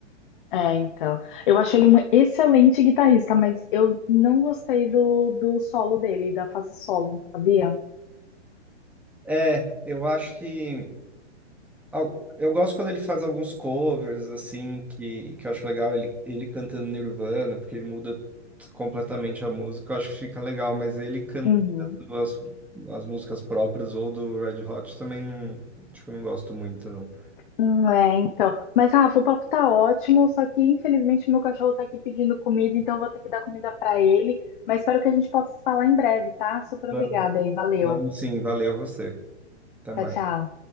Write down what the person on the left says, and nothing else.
É, então. Eu acho ele um excelente guitarrista, mas eu não gostei do, do solo dele, da fase solo, sabia?
Uhum.
Hum, É, então. Mas, Rafa, o papo tá ótimo, só que infelizmente meu cachorro tá aqui pedindo comida, então eu vou ter que dar comida pra ele. Mas espero que a gente possa se falar em breve, tá? Super
obrigada aí, valeu.
Tchau, tchau.